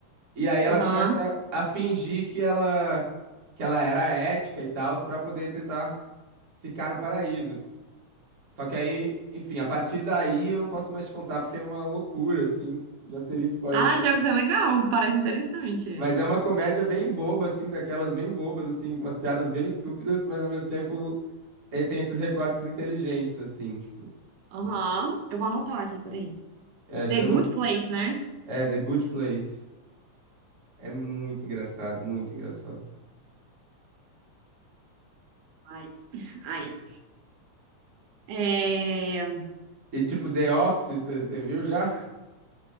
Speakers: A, on the right; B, on the right.
A: E aí ela
B: aham.
A: começa a fingir que ela que ela era ética e tal, pra poder tentar ficar no paraíso. Só que aí, enfim, a partir daí eu não posso mais te contar porque é uma loucura, assim. Já seria spoiler.
B: Ai,
A: também.
B: deve ser legal. Parece interessante.
A: Mas é uma comédia bem boba, assim, daquelas bem bobas, assim, com umas piadas bem estúpidas, mas ao mesmo tempo Ele tem esses recortes inteligentes, assim, tipo.
B: Aham. Eu vou anotar aqui, peraí.
A: É,
B: The
A: chama.
B: Good Place, né?
A: É, The Good Place. É muito engraçado, muito engraçado. assim.
B: Ai, ai. É...
A: E, tipo, The Office, você viu já?